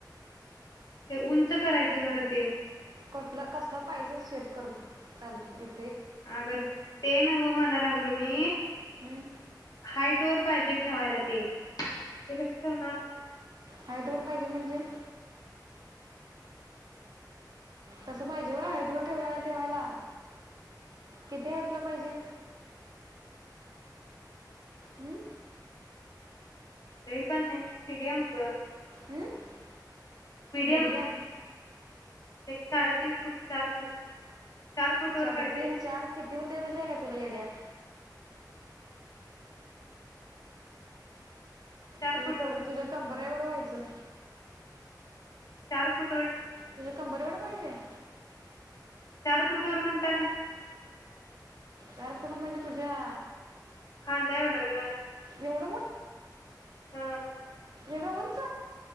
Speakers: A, on the left (about 60°); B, on the right (about 60°).
A: ते उंच करायचं खरं ते
B: कठला कसला पाहिज शेप कर चाल येत
A: अग ते नव्ह म्हणा लागलो मी
B: हम्म.
A: हाईट व पाहिजे ठेवायला ते हे कस ठेवणार
B: हायटवर पाहिजे म्हणजे? तस पाहिजे व हाईट वर ठेवायला किती हाईट ला पाहिजे हम्म
A: काही पण नाही मिीडियम ग
B: हम्म
A: मिडियम
B: मीडियम
A: एक साडेतीन फूट चार फूट चार फूट वर
B: साडे
A: पाहिजे
B: तीन चार किती हुतंय महिये काय तुला येड्या
A: चार
B: तुझ्या
A: फूट वर
B: तुझ्या कंबर बर एवढं व्हायचं
A: चार फुट
B: तुझ कंबर एवढा पाहिज?
A: नारपुट वर बणंतना
B: चार फट म ज तूझा
A: खांदा एवढं ग
B: एवढं
A: ह
B: एढो होच